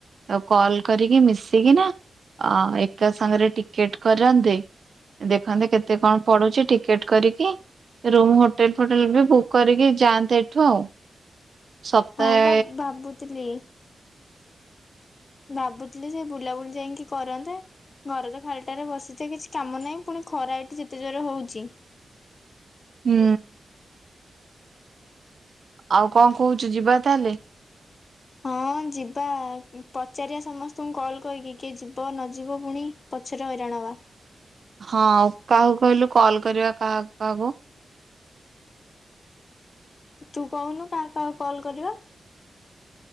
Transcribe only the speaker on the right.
ଆଉ କଲ କରିକି ମିଶିକିନା ଏକା ସାଙ୍ଗରେ ଟିକେଟ କରନ୍ତେ ଦେଖନ୍ତେ କେତେ କଣ ପଡ଼ୁଛି ଟିକେଟ୍ କରିକି ରୁମ୍ ହୋଟେଲ ଫୋଟେଲ ବି ବୁକ୍ କରିକି ଯାଆନ୍ତେ ଏଇଠୁ ଆଉ। ସପ୍ତାହେ
ହୁଁ ଆଉ କଣ କହୁଛୁ ଯିବା ତାହେଲେ,
ହଁ ଆଉ କାହାକୁ କହିଲୁ କଲ କରିବା କାହାକୁ କାହାକୁ,